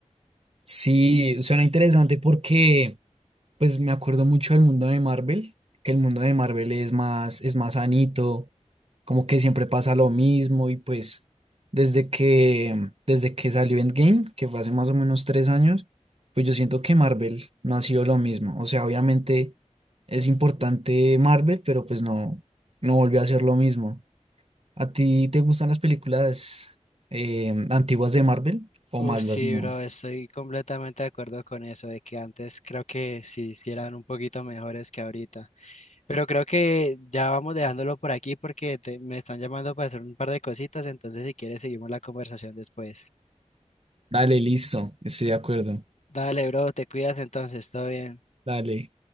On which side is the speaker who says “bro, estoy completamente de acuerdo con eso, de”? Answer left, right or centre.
Left